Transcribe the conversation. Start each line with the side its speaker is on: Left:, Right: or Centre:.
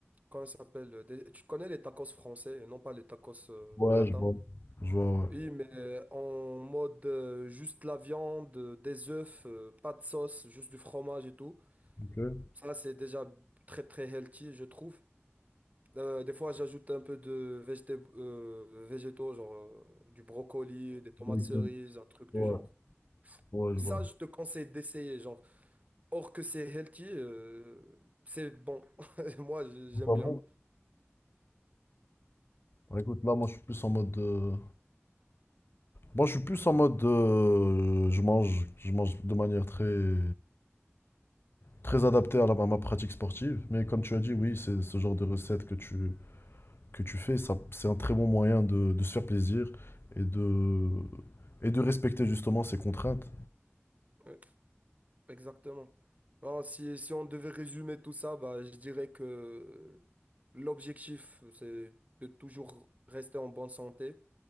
Right: comment ça s'appelle, des- tu connais les tacos français et non pas les tacos euh,
Left: Ouais,
Right: latins.
Left: je vois. Je vois, ouais.
Right: Oui, mais euh, en mode euh, juste la viande, euh, des œufs, euh, pas de sauce, juste du fromage et tout.
Left: Ok. Ouais,
Right: Ça, c'est déjà très, très healthy, je trouve. Euh, des fois, j'ajoute un peu de végété- euh, végétaux, genre euh, du brocoli, des tomates
Left: je vois des
Right: cerises,
Left: légumes.
Right: un truc du
Left: Ouais,
Right: genre.
Left: ouais, je
Right: Ça,
Left: vois.
Right: je te conseille d'essayer, genre. Or que c'est healthy, euh, c'est bon. <laughs> Moi, j-
Left: Enfin
Right: j'aime bien.
Left: bon. Alors, écoute, là, moi, je suis plus en mode. euh, Moi, je suis plus en mode. euh, Je mange, je mange de manière très, très adaptée à, la- à ma pratique sportive. Mais comme tu as dit, oui, c'est ce genre de recette que tu, que tu fais, ça, c'est un très bon moyen de, de se faire plaisir et de, et de respecter justement ces contraintes.
Right: Ouais, exactement. Alors, si, si on devait résumer tout ça, bah, je dirais que euh, l'objectif, c'est de toujours rester en bonne santé.